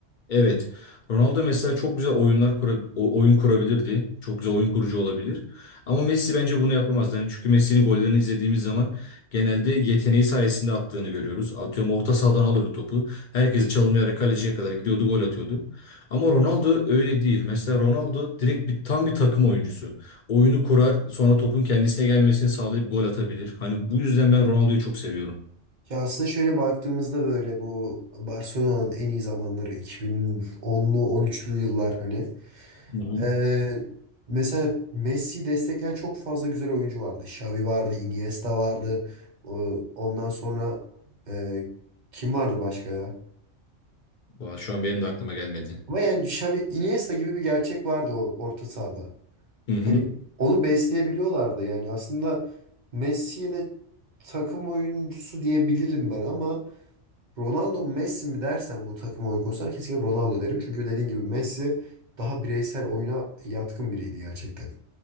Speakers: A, on the left; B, on the right.
A: Evet. Ronaldo mesela çok güzel oyunlar kura- o- oyun kurabilirdi. Çok güzel oyun kurucu olabilir. Ama Messi bence bunu yapamaz. Yani çünkü Messi'nin gollerini izlediğimiz zaman genelde yeteneği sayesinde attığını görüyoruz. Atıyorum orta sahadan alırdı topu. Herkesi çalımlayarak kaleciye kadar gidiyordu, gol atıyordu. Ama Ronaldo öyle değil. Mesela Ronaldo direkt bir tam bir takım oyuncusu. Oyunu kurar, sonra topun kendisine gelmesini sağlayıp gol atabilir. Hani bu yüzden ben Ronaldo'yu çok seviyorum.
B: Ya aslında şöyle baktığımızda böyle bu Barcelona'nın en iyi zamanları 2010'lu 13'lü yıllar hani.
A: Hı hı.
B: Ee, mesela Messi'yi destekleyen çok fazla güzel oyuncu vardı. Xavi vardı, Iniesta vardı. O- Ondan sonra e, kim vardı başka ya?
A: Vay, Şu an benim de aklıma gelmedi.
B: Ama yani Xavi, Iniesta gibi bir gerçek vardı o orta sahada.
A: Hı hı.
B: Hani onu besleyebiliyorlardı yani aslında Messi'ye de takım oyuncusu diyebilirim ben ama Ronaldo mu Messi mi dersen bu takım oyun konusunda kesinlikle Ronaldo derim. Çünkü dediğin gibi Messi daha bireysel oyuna yatkın biriydi gerçekten.